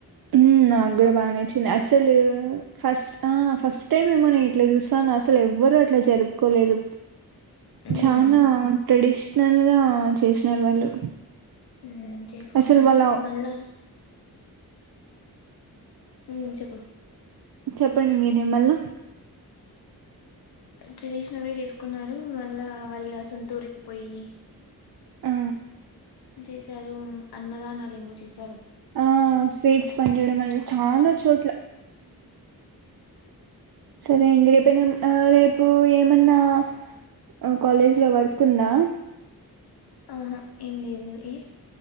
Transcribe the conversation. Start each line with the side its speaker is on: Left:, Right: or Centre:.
Right: ఉమ్ నాగ్గూడా బా నచ్చింది అసలు ఫస్ట్ ఆ ఫస్ట్ టైం ఏమో నేను ఇట్లా చూస్సాన్న అసలు ఎవ్వరు అట్లా జరుపుకోలేదు.
Left: ఉమ్
Right: చానా ట్రెడిషనల్ గా చేసినారు వాళ్ళు
Left: ఊమ్ చేసుకున్నారు
Right: అసలు వాళ్ళ
Left: మళ్ళా ఊం చెప్పు
Right: చెప్పండి మీరే మల్ల
Left: ట్రెడిషనల్ గా చేసుకున్నారు మళ్ళా వాళ్ళ సొంత ఊరికి పోయ్యి
Right: ఆ
Left: చేసారూమ్ అన్నదానాలేమో చేసి
Right: ఆ స్వీట్స్ పంచడం అనేది చాలా చోట్ల సరే అండి రేపునం రేపూ ఏమన్నా ఆ కాలేజ్ లో వర్క్ ఉందా
Left: ఆహా ఏం లేదు ఏ